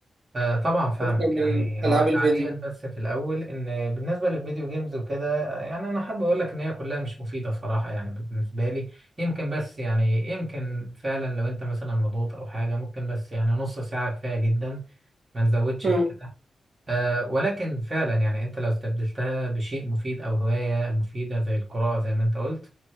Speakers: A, on the right (about 30°); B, on the right (about 50°).
A: آه طبعا فاهمك
B: اكتر من
A: يعني
B: العاب
A: هو
B: الفيديو
A: تعليقا بس في الاول ان بالنسبه للفيديو جيمز وكده يعني انا حابب اقول لك ان هي كلها مش مفيده صراحه يعني بالنسبه لي يمكن بس يعني يمكن فعلا لو انت مثلا مضغوط او حاجه ممكن بس يعني نص ساعه كفايه جدا ما نزودش
B: مم.
A: في كده آه، ولكن فعلا يعني انت لو استبدلتها بشيء مفيد او هواية مفيدة زي القراءة زي ما انت قلت